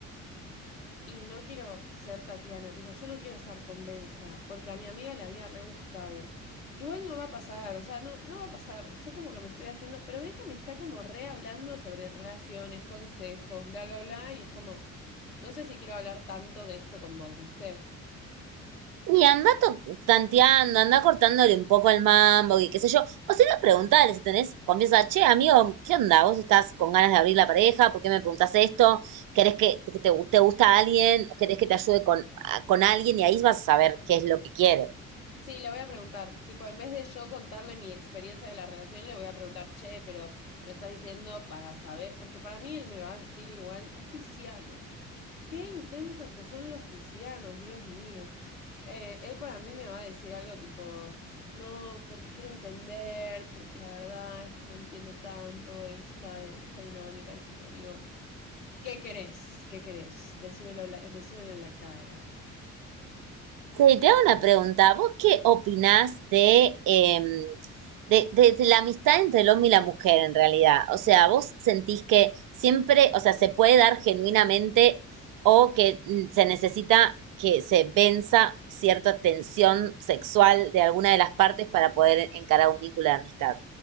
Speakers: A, on the left; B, on the right.
A: Y no quiero ser Tatiana, tipo, yo no quiero estar con Benja, porque a mi amiga le había re gustado. Igual no va a pasar, o sea, no, no va a pasar. Yo como que me estoy haciendo. Pero Benja me está como re hablando sobre relaciones, consejos, bla, bla, bla. Y es como. No sé si quiero hablar tanto de esto con vos, ¿viste?
B: Y anda to- tanteando, anda cortándole un poco el mambo y qué sé yo. O si no, preguntale si tenés confianza. Che, amigo, ¿qué onda? ¿Vos estás con ganas de abrir la pareja? ¿Por qué me preguntás esto? ¿Querés que, que te, te gusta alguien? ¿O querés que te ayude con, a- con alguien? Y ahí vas a saber qué es lo que quiere.
A: Sí, le voy a preguntar. Tipo, en vez de yo contarle mi experiencia de la relación, le voy a preguntar, che, pero me lo estás diciendo para saber. Porque para mí él me va a decir igual, es pisciano. Qué intensos que son los piscianos, Dios mío. Eh, él para mí me va a decir algo tipo, no, porque quiero entender, porque la verdad es que no entiendo tanto esta, esta dinámica, y es tipo, amigo, ¿qué querés? ¿Qué querés? Decímelo, la- decímelo en la cara.
B: Sí, te hago una pregunta. ¿Vos qué opinás de, eh, de, de- de la amistad entre el hombre y la mujer en realidad? O sea, ¿vos sentís que siempre, o sea, se puede dar genuinamente o que mm, se necesita que se venza cierta tensión sexual de alguna de las partes para poder encarar un vínculo de amistad?